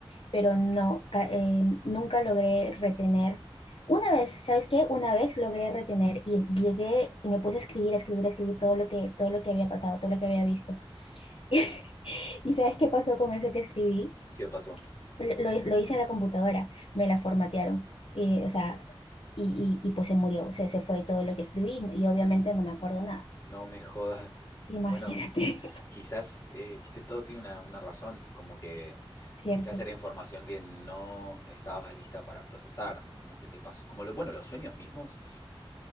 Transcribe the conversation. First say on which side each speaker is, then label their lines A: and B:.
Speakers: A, on the left; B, on the left.
A: pero no, ca- eh, nunca logré retener. Una vez, ¿sabes qué? Una vez logré retener y llegué y me puse a escribir, a escribir, a escribir todo lo que, todo lo que había pasado, todo lo que había visto. <laughs> ¿Y sabes qué pasó con eso que escribí?
B: ¿Qué pasó?
A: Lo, lo- lo hice en la computadora, me la formatearon, eh, o sea, y, y, y pues se murió, o sea, se fue todo lo que escribí y obviamente no me acuerdo nada.
B: No me jodas.
A: Imagínate,
B: Bueno,
A: <laughs>
B: quizás, eh, viste, todo tiene una, una razón, como que
A: ¿cierto?
B: quizás era información que no estabas lista para procesar, como que te pasó, como lo, bueno, los sueños mismos.